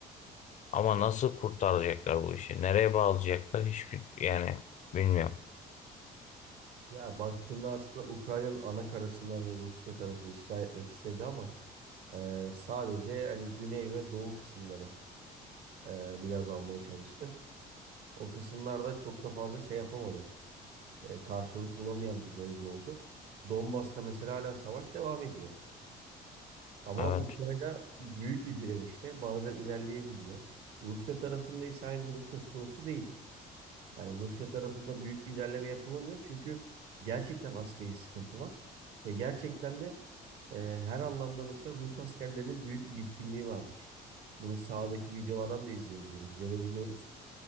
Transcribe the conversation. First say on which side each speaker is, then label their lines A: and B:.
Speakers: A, on the left; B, on the right.
A: Ama nasıl kurtaracaklar bu işi? Nereye bağlayacaklar? Hiçbir yani bilmiyorum.
B: Ya baktığında aslında Ukrayna'nın ana karasını hani Rusya tarafı işgal etmek istedi ama e, sadece hani güney ve doğu kısımları e, biraz almaya çalıştı. O kısımlarda çok da fazla şey yapamadı. e, karşılık bulamayan bir bölge oldu. Donbas'ta mesela hala savaş devam ediyor. Ama
A: Evet.
B: Ukrayna büyük bir direnişte bazen ilerleyebiliyor. Rusya tarafında ise aynı durum söz konusu değil. Yani Rusya tarafında büyük bir ilerleme yapılamıyor çünkü gerçekten askeri sıkıntı var. Ve gerçekten de e, her anlamda mesela Rus askerlerinin büyük bir bitkinliği varmış. Bunu sahadaki videolardan da izleyebiliyoruz, görebiliyoruz.